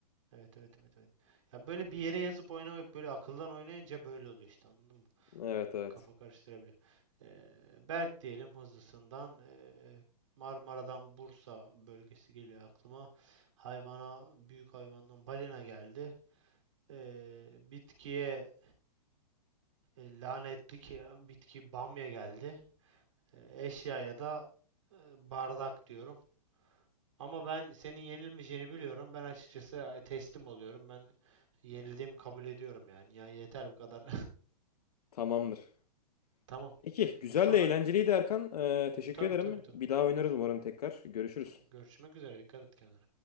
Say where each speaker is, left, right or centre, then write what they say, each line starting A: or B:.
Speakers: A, on the right; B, on the left.
A: Evet evet evet evet. Ya böyle bir yere yazıp oynamayıp böyle akıldan oynayınca böyle oluyor işte anladın mı?
B: Evet evet.
A: kafa karıştırabiliyor. Ee, Berk diyelim hızlısından. Ee, Marmara'dan Bursa bölgesi geliyor aklıma. Hayvana, büyük hayvandan balina geldi. Ee, bitkiye e, lanetli ki, bitki bamya geldi. Ee, eşyaya da e, bardak diyorum. Ama ben senin yenilmeyeceğini biliyorum. Ben açıkçası e, teslim oluyorum. Ben yenildiğimi kabul ediyorum yani. Ya yeter bu kadar.
B: Tamamdır.
A: <laughs> Tamam.
B: Peki güzel
A: Sonra
B: de eğlenceliydi Erkan. E, teşekkür
A: tabii
B: ederim.
A: tabii tabii.
B: Bir daha oynarız umarım tekrar. Görüşürüz.
A: Tamam görüşmek üzere dikkat et kendine.